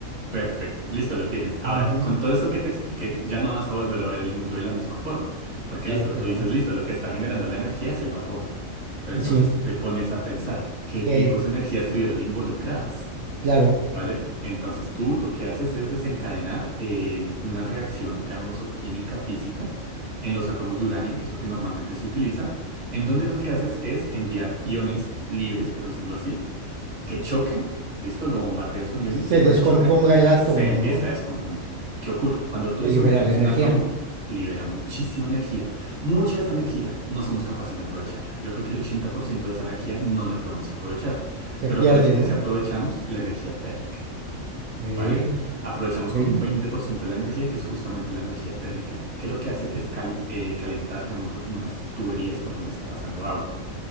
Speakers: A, on the right; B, on the right.
A: Perfecto, listo, lo tienes. Ahora,
B: Ujú,
A: con todo esto que te expliqué, ya no vas a volver a ver el mundo de la misma forma. Porque
B: Claro
A: listo,
B: que
A: tú
B: no.
A: dices, listo, lo que está generando la energía es el vapor. Pero
B: Sí,
A: entonces tú te pones a pensar qué
B: que,
A: tipos de energía estuvieron involucradas,
B: claro.
A: ¿vale? Entonces tú lo que haces es desencadenar eh, una reacción, llamémoslo química física, en
B: Ujú,
A: los átomos de uranio, que es lo que normalmente se utiliza, en
B: ujú.
A: donde lo que haces es enviar iones libres, por decirlo así, que choquen, listo, lo bombardeas con iones
B: Se
A: y cuando
B: descomponga
A: chocan
B: el átomo,
A: se empieza
B: ¿no?
A: a descomponer. ¿Qué ocurre? Cuando tú
B: se
A: descompones
B: libera la energía.
A: un átomo, libera muchísima energía. Mucha de esa energía no somos capaces de aprovecharla. Yo creo que el 80% de esa energía no la podemos aprovechar.
B: Se
A: Pero
B: pierde,
A: ¿cuál es la
B: ¿no?
A: que sí aprovechamos? La energía térmica.
B: Ey,
A: ¿Vale? Aprovechamos
B: ey,
A: como un 20% de la energía, que es justamente la energía térmica, que lo que hace es cal- eh, calentar, llamémoslo como unas tuberías por donde está pasando agua.